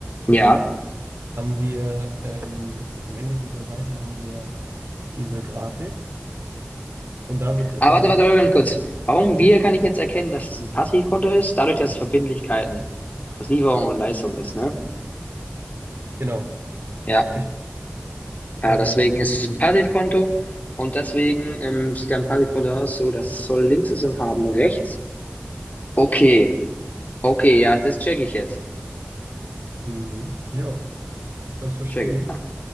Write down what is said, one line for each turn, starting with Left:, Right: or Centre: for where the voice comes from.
Left: Ja.
Right: haben wir, ähm, am Ende dieser Seite haben wir ja diese Grafik und da wird,
Left: Aber
Right: da
Left: warte,
Right: sieht,
Left: warte, warte, ganz kurz. Warum,
Right: ja,
Left: wie kann ich jetzt erkennen, dass es ein Passivkonto ist? Dadurch, dass es Verbindlichkeiten, dass Lieferung und Leistung ist, ne?
Right: genau,
Left: Ja,
Right: richtig.
Left: ja,
Right: Also,
Left: deswegen ist es ein Passivkonto und deswegen ähm, sieht ein Passivkonto aus, so dass es Soll links ist und Haben rechts. Okay, okay, ja, das checke ich jetzt.
Right: mhm, ja, das verstehe
Left: Check ich.
Right: ich.